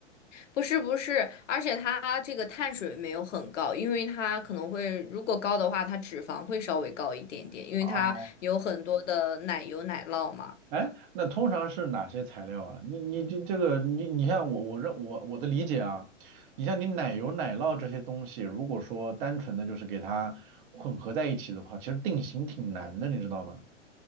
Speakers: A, on the left; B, on the right.
A: 不是不是，而且它这个碳水没有很高，因为它可能会，如果高的话，它脂肪会稍微高一点点，因为它有很多的奶油奶酪嘛。
B: <laughs> 啊。哎，那通常是哪些材料啊？你你这这个你你像我我认我我的理解啊，你像你奶油奶酪这些东西，如果说单纯的就是给它混合在一起的话，其实定型挺难的，你知道吗？